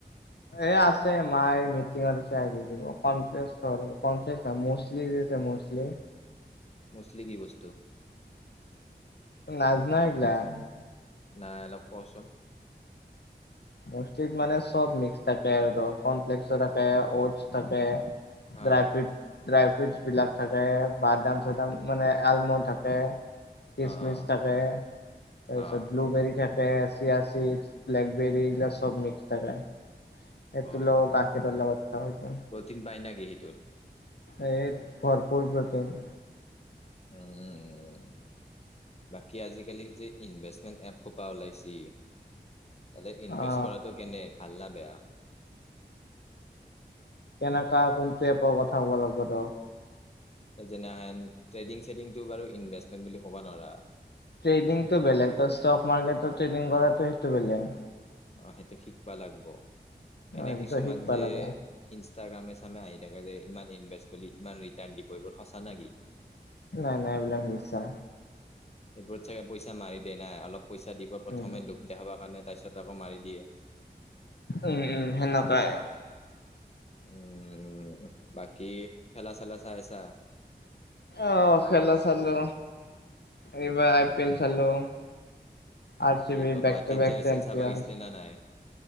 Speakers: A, on the left (about 75°); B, on the left (about 40°).
A: এই আছে মায় মিটিঙত আহি দিব <unintelligible> যে মৌচলি?
B: মৌচলী কি বস্তু?
A: নাজ না এইগিলাক।
B: নাই অলপ কচোন?
A: মৌচলিত মানে চব মিক্স থাকে আৰু টোৰ কনফ্লে্স থাকে ঔৎচ থাকে।
B: হা
A: ড্ৰাই ফ্ৰুট-ড্ৰাই চুইটছ বিলাক থাকে বাদাম-চাদাম মানে এলমণ্ড থাকে। কচমিচ
B: অ অ
A: থাকে তাৰপিছত
B: অ
A: ব্লুবেৰী থাকে ফেচিয়া চিডছ ব্লাকবেৰী এইগিলা চব মিক্স থাকে। এই
B: অ
A: তুল গাখীৰৰ লগত খাওঁ এটো।
B: প্ৰটিন পাই না সেইটোত?
A: এই ভৰপূৰ প্ৰটিন।
B: উম'-উম'-উম'। বাকী আজিকালি যে ইনভেষ্টমেণ্ট এপ খোপা ওলাইচি। ততে ইনভেষ্ট
A: অ
B: কৰাটো কেনে, ভাল না বেয়া?
A: কেনেকা কোন এপৰ কথা ক'ব লাগিব টোক?
B: যেনেহেন ট্ৰেডিং চেডিংটো বাৰু ইনভেষ্টমেণ্ট বুলি ক'ব নোৱাৰা।
A: ট্ৰেডিংটো বেলেগ টো ষ্টক মাৰ্কেটত ট্ৰেডিং কৰাটো সেইটো বেলেগ।
B: অ', সেইটো শিকবা লাগব। এনে
A: অ সেইটো
B: কিছুমান
A: শিকবা
B: যে
A: লাগব
B: ইনষ্টাগ্ৰামে চামে আহি থকা যে। ইমান ইনভেষ্ট কৰি ইমান ৰিটাৰ্ণ দিব এইবোৰ সঁচা নেকি?
A: নাই-নাই এইবিলাক মিছা।
B: এইবোৰত চাগে পইচা মাৰি দে নাই, অলপ পইচা দিব প্ৰথমে
A: উম
B: লোক দেখাবৰ কাৰণে তাৰপিছত আকৌ মাৰি দিয়ে।
A: উম'-উম', হেনকাই।
B: উম', বাকি খেল চেলা ছাই আছা?
A: অ', খেলা চালো। এইবাৰ আই পি এল চালো। আৰ চি
B: কি
A: বি
B: কয়
A: বেক
B: গুৱাহাটীত
A: টো বেক
B: যে হৈছিল
A: চেম্পিয়ন।
B: চাবা গৈছিলি নে নাই?